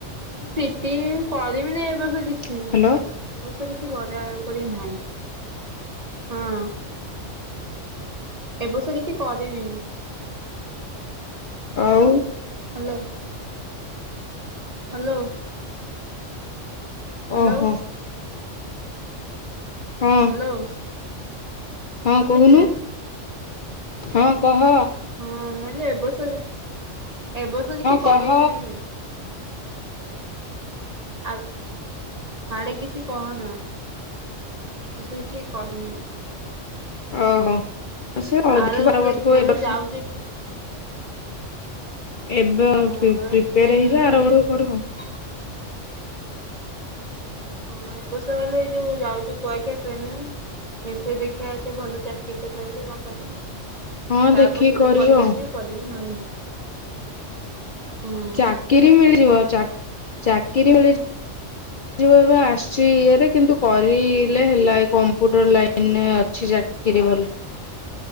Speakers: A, on the right (about 35°); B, on the left (about 55°).
A: ସିଟି କରିମିନି ଏ ବର୍ଷ କିଛି
B: ହ୍ୟାଲୋ
A: ଏ ବର୍ଷ କି ଛି କରାକରି ନାହିଁ ହଁ। ଏବର୍ଷ କିଛି କରିବିନି।
B: ଆଉ।
A: ହାଲୋ। ହ୍ୟାଲୋ। ହ୍ୟାଲୋ
B: ଓହୋ। ହଁ
A: ହ୍ୟାଲୋ।
B: ହଁ
A: ଶୁଭୁଛି
B: କହୁନୁ
A: ନା?
B: ହଁ କହ।
A: ହଁ ମୁଁିଲି ଏବଷ ଏବ ବର୍ଷ କିଛି କରିବେ
B: କହ
A: ନି ବି ଆ ହାଡେ କିଛି କହନା। ବସୁ କିଛି କନି।
B: ଓହୋ ସେ ଅଳ
A: ଆର
B: ଦେଖ
A: ବର୍ଷ
B: ବାର ବର୍ଷକୁ
A: ଦେଖିବା
B: ଏ ବର୍ଷ
A: ଯାଉଛି ଏଠି
B: ଏବେ
A: ହଁ
B: ପ୍ରିପେୟାର
A: ଏ ଟ୍ରେନିଂ
B: ହେଇଯ
A: କଲି
B: ଆର ବେଳକୁ କରୁ ଆ।
A: ହଁ ଏ ବର୍ଷ ହେଲେ ଏ ଯୋଉ ଯାଉଛି କୁଆଖିଆ ଟ୍ରେନି ସେଥି ଦେଖିବା ଟେ ଭଲ ଚାକିରରି ଟେ ପାଇଲେ କଣ ପହିଲ।
B: ହଁ
A: ତାପରେ
B: ଦେଖିକି
A: ଯଦି
B: କରିବୁ
A: କରିପାରିବି
B: ଆଉ
A: କରିବି ନ ନ ହେଲେ ନାହିଁ। ହଁ
B: ଚାକିରି ମିଳିଯିବ ଚାକିରି ମିଳିଯିବ। ଆସିଛି ଇରେ କିନ୍ତୁ କରିଲେ ହେଲା ଏ କମ୍ପ୍ୟୁଟର ଲାଇନରେ ଅ <unintelligible>